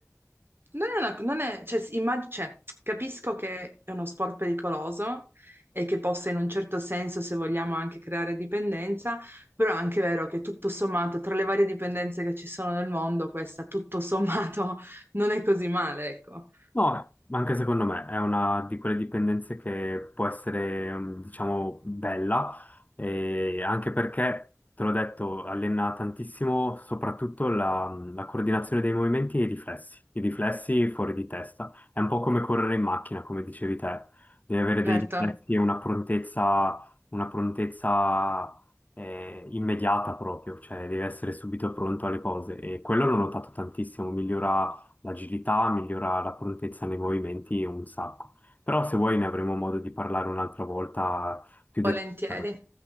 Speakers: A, on the right; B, on the left.
A: non è una, non è, cioè, s- immag- cioè, capisco che è uno sport pericoloso e che possa in un certo senso, se vogliamo, anche creare dipendenza, però è anche vero che tutto sommato, tra le varie dipendenze che ci sono nel mondo, questa tutto sommato <laughs> non è così male, ecco.
B: No, ma anche secondo me è una di quelle dipendenze che può essere, mm, diciamo, bella, e anche perché, te l'ho detto, allena tantissimo soprattutto la, mm, la coordinazione dei movimenti e i riflessi, i riflessi fuori di testa. È un po' come correre in macchina, come dicevi te, devi avere dei
A: Certo,
B: riflessi e una prontezza, una prontezza eh, immediata proprio, cioè devi essere subito pronto alle cose e quello l'ho notato tantissimo, migliora l'agilità, migliora la prontezza nei movimenti un sacco. Però se vuoi ne avremo modo di parlare un'altra volta più
A: volentieri.
B: dettagliatamente.